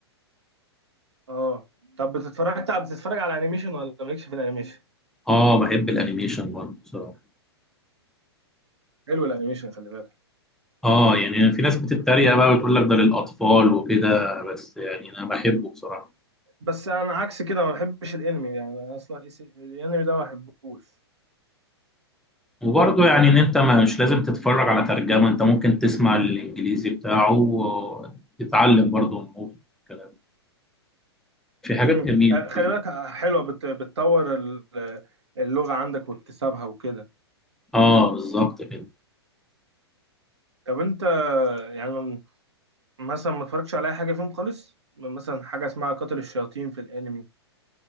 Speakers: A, on the right; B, in the centre.
A: آه طب بتتفرجت بتتفرج على أنيميشن ولا مالكش في الأنيميشن؟
B: اه بحب الأنيميشن برضه بصراحة
A: حلو الأنيميشن خلي بالك
B: اه يعني في ناس بتتريق بقى وتقول لك ده للأطفال وكده بس يعني أنا بحبه بصراحة
A: بس انا عكس كده ما بحبش الانمي يعني اصلا إيس- الانمي ده ما بحبوش
B: وبرضه يعني ان انت مش لازم تتفرج على ترجمة انت ممكن تسمع الانجليزي بتاعه وتتعلم برضه الموضوع الكلام في حاجات
A: امم
B: جميلة
A: آه، خلي
B: في
A: بالك آه، حلوه بت- بتطور ال- اللغه عندك واكتسابها وكده
B: اه بالظبط كده
A: طب انت يعني مثلا ما اتفرجتش على اي حاجه فيهم خالص مثلا حاجه اسمها قاتل الشياطين في الانمي